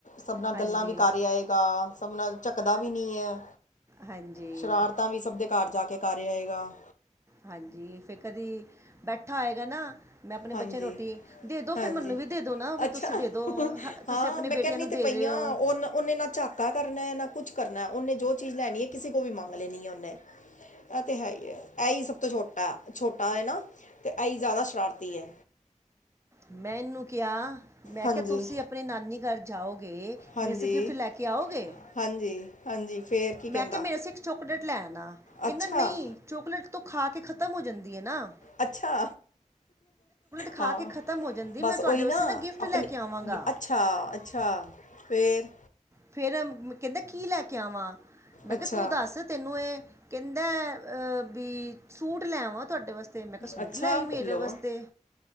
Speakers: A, on the left; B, on the right.
A: ਸਭ ਨਾਲ
B: ਹਾਂਜੀ
A: ਗੱਲਾਂ ਵੀ ਕਰ ਆਏਗਾ, ਸਭ ਨਾਲ ਝਕਦਾ ਵੀ ਨੀ ਏ।
B: ਹਾਂਜੀ
A: ਸ਼ਰਾਰਤਾਂ ਵੀ ਸਭ ਦੇ ਘਰ ਜਾਂ ਕੇ ਕਰ ਆਏਗਾ।
B: ਹਾਂਜੀ, ਫ਼ਿਰ ਕਦੀ ਬੈਠਾ ਹੋਏਗਾ ਨਾ ਮੈਂ ਆਪਣੇ
A: ਹਾਂਜੀ
B: ਬੱਚੇ ਦੀ ਰੋਟੀ ਦੇ, ਦੋ ਫੇਰ
A: ਹਾਂਜੀ
B: ਮੈਨੂੰ ਵੀ ਦੇ ਦੋ ਨਾ ਫੇਰ
A: ਅੱਛਾ
B: ਤੁਸੀਂ ਦੇ ਦੋ, ਹ ਤੁਸੀਂ
A: ਹਾਂ
B: ਅਪਣੀ
A: ਮੈਂ
B: ਬੇਟੀਆਂ
A: ਕਹਿੰਦੀ
B: ਨੂੰ
A: ਤੇ
B: ਦੇ
A: ਪਈਆਂ
B: ਰਹੇ ਹੋ
A: ਔਨ ਔਨੇ ਨਾ ਝਾ ਕਾ ਕਰਨਾ ਨਾ ਕੁਛ ਕਰਨਾ। ਔਨੇ ਜੋ ਚੀਜ਼ ਲੈਣੀ ਏ ਕਿਸੇ ਕੋਲ ਵੀ ਮੰਗ ਲੈਣੀ ਏ ਔਨੇ। ਐ ਤੇ ਹੈ ਈ ਐ, ਐਈ ਸਭ ਤੋਂ ਛੋਟਾ, ਛੋਟਾ ਏ ਨਾ ਤੇ ਐਈ ਜਾਦਾ ਸ਼ਰਾਰਤੀ ਏ।
B: ਮੈਂ ਐਨੂੰ ਕਿਆ, ਮੈਂ
A: ਹਾਂਜੀ
B: ਕਿਆ ਤੁਸੀਂ ਅਪਣੇ ਨਾਨੀ ਘਰ ਜਾਓਗੇ।
A: ਹਾਂਜੀ
B: ਮੇਰੇ ਸੇ ਗਿਫਟ ਲੈ ਕੇ ਆਓਗੇ।
A: ਹਾਂਜੀ। ਹਾਂਜੀ, ਫੇਰ। ਕੀ ਕਹਿੰਦਾ
B: ਮੈਂ ਕਿਆ ਮੇਰੇ ਸੇ ਇੱਕ ਚੋਕਲੇਟ ਲੈ ਆਣਾ, ਕੈੰਦਾ
A: ਅੱਛਾ
B: ਨਹੀਂ। ਚੋਕਲੇਟ ਤੋਂ ਖਾ ਕੇ ਖ਼ਤਮ ਹੋ ਜਾਂਦੀ ਏਨਾ।
A: ਅੱਛਾ।
B: ਖਾ
A: ਹਾਂ,
B: ਕੇ ਖਤਮ ਹੋ ਜਾਂਦੀ
A: ਬਸ
B: ਮੈਂ ਤੁਹਾਡੇ
A: ਓਹੀ
B: ਵਾਸਤੇ
A: ਨਾ
B: ਗਿਫਟ
A: ਅਪਣੀ,
B: ਲੈ ਕੇ ਆਵਾਂਗਾ
A: ਅੱਛਾ ਹਾਂ, ਅੱਛਾ ਫੇਰ।
B: ਫੇਰ ਮ ਕੈੰਦੈ ਕੀ ਲੈ ਕੇ ਆਵਾਂ? ਮੈਂ
A: ਅੱਛਾ
B: ਕਿਆ ਤੂੰ ਦੱਸ। ਤੈਨੂੰ ਏ, ਕਹਿੰਦਾ ਅਹ ਬੀ ਸੂਟ ਲੈਵਾਂ ਤੁਹਾਡੇ ਵਾਸ ਤੇ ਮੈਂ ਕਿਹਾ ਸੂਟ
A: ਅੱਛਾ
B: ਲੈ ਆਈ ਮੇਰੇ
A: ਲੋ
B: ਵਸਤੇ।